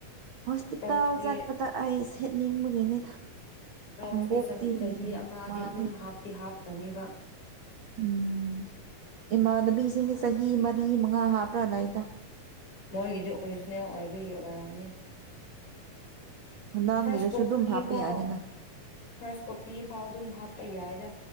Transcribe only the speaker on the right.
ꯍꯣꯁꯄꯤꯇꯥꯜ
ꯆꯠꯄꯗ ꯑꯩ ꯁꯦꯠꯅꯤꯡꯕꯒꯤꯅꯤꯗ
ꯈꯣꯡꯎꯞꯇꯤ
ꯋꯥꯕ
ꯎꯝ ꯏꯃꯥꯟꯅꯕꯤꯁꯤꯡꯗꯤ ꯆꯍꯤ ꯃꯔꯤ ꯃꯉꯥ ꯍꯥꯞꯄ꯭ꯔꯥ ꯂꯩꯗ
ꯍꯗꯥꯥꯡꯒꯤꯗꯨꯁꯨ
ꯑꯗꯨꯝ ꯍꯥꯞꯄ
ꯌꯥꯅꯤꯅ